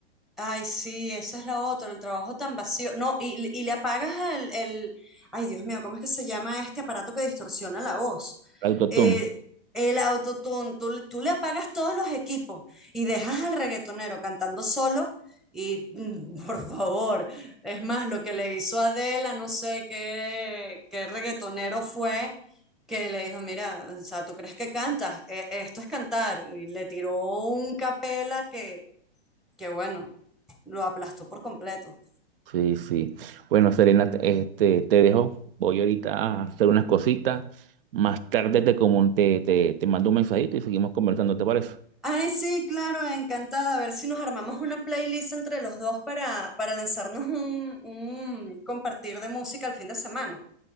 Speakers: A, in the centre; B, on the right (about 60°).
A: Ay, sí, esa es la otra, el trabajo tan vacío. No, y, y le apagas el, el- Ay, Dios mío, ¿cómo es que se llama este aparato que distorsiona la voz?
B: Autotune.
A: Eh, el autotune, tú, le- tú le apagas todos los equipos y dejas al reggaetonero cantando solo y, mm, por favor, es más, lo que le hizo Adela, no sé qué, qué reggaetonero fue, que le dijo, mira, o sea, ¿tú crees que cantas? Eh, esto es cantar. Y le tiró un capela que, que bueno lo aplastó por completo.
B: Sí, sí. Bueno, Serena, te- este, te dejo. Voy ahorita a hacer unas cositas. Más tarde te, comun- te, te, te mando un mensajito y seguimos conversando, ¿te parece?
A: Ay, sí, claro, encantada. A ver si nos armamos una playlist entre los dos para, para lanzarnos un, un compartir de música el fin de semana.